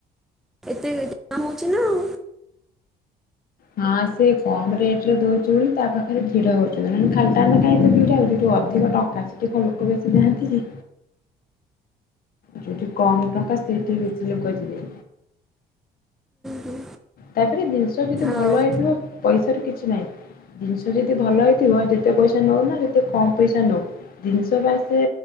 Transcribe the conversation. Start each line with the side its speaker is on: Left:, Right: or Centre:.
Centre: ଏତେ ଜାମ୍ ହେଉଛି ନା ଆଉ।
Left: ହଁ ସେ କମ ରେଟ ରେ ଦଉଛି ବୋଲି ତା ପାଖରେ ଭିଡ ହଉଛନ୍ତି ନ ହେଲେ ଖାଲିଟା ରେ କାଇଁ ଏତେ ଭିଡ ହେବେ ଅଧିକ ଟଙ୍କା ସେଠି ଲୋକ ବେଶୀ ଯାଆନ୍ତି କି? ଯଉଠି କମ ଟଙ୍କା ସେଠି ବେଶୀ ଲୋକ ଯିବେ।
Centre: ହୁଁ।
Left: ତାପରେ ଜିନିଷ ଯଦି ଭଲ
Centre: ଆଉ
Left: ହେଇଥିବ ପଇସାର କିଛି ନାହିଁ ଜିନିଷ ଯଦି ଭଲ ହେଇଥିବ ଯେତେ ପଇସା ନଉନା ଯେତେ କମ ପଇସା ନଉ ଜିନିଷ ବାସ